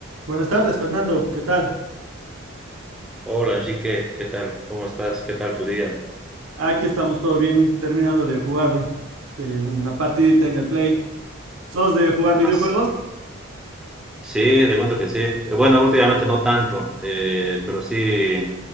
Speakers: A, on the right; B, in the centre.
A: Buenas tardes, Fernando. ¿Qué tal?
B: Hola Enrique, ¿qué tal? ¿Cómo estás? ¿Qué tal tu día?
A: Aquí estamos todo bien, terminando de jugar eh, una partidita en el Play. ¿Sos de jugar videojuegos?
B: Ah, s- sí, te cuento que sí. Eh, Bueno, últimamente no tanto, eh, pero sí,